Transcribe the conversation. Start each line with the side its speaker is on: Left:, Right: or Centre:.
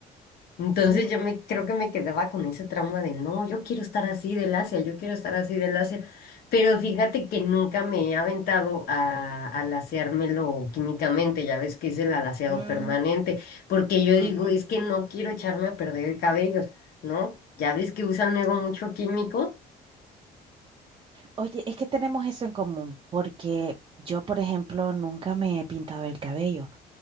Left: Entonces
Right: Sí.
Left: yo me creo que me quedaba con ese trauma de no, yo quiero estar así del Asia, yo quiero estar así del Asia. Pero fíjate que nunca me he aventado a, a laseármelo químicamente, ya ves que es el alaciado
Right: mm,
Left: permanente, porque yo
Right: ujú.
Left: digo, es que no quiero echarme a perder el cabello, ¿no? Ya ves que usan luego mucho químico.
Right: Oye, es que tenemos eso en común, porque yo, por ejemplo, nunca me he pintado el cabello